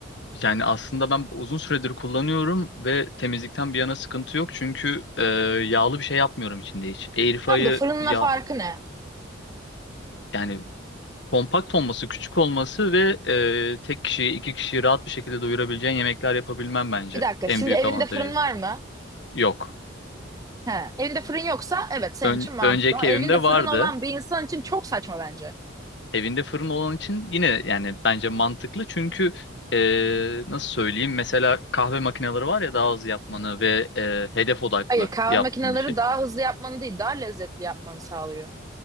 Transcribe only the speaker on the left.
yani aslında ben uzun süredir kullanıyorum ve temizlikten bir yana sıkıntı yok. Çünkü e, yağlı bir şey yapmıyorum içinde hiç. Airfry'ı
ya
yani kompakt olması, küçük olması ve e, tek kişiyi, iki kişiyi rahat bir şekilde doyurabileceğin yemekler yapabilmem bence
en
büyük
avantajı.
Yok.
Ön-
önceki
evimde
vardı.
Evinde fırın olan için yine yani bence mantıklı. Çünkü e, nasıl söyleyeyim? Mesela kahve makineleri var ya daha hızlı yapmanı ve e, hedef odaklı
yaptığın
bir şey.